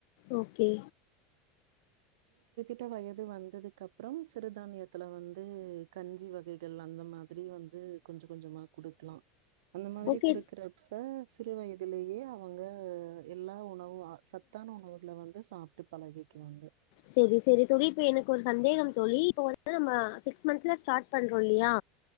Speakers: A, on the left; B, on the right.
A: ஓகே
B: ட்ட வயது வந்ததுக்கு அப்றம் சிறுதானியத்துல வந்து கஞ்சி வகைகள் அந்த மாதிரி வந்து கொஞ்சோ கொஞ்சமா குடுக்லா அந்த மாதிரி
A: ஓகே
B: குடுக்றப்ப சிறு வயதுலேயே அவுங்க எல்லா உணவு சத்தான உணவுகள வந்து சாப்ட்டு பழகிக்குவாங்க
A: செரி செரி தோழி இப்ப எனக்கு ஒரு சந்தேகம் தோழி இப்ப வந்து நம்ம சிக்ஸ் மந்த்ல ஸ்டார்ட் பண்றோ இல்லியா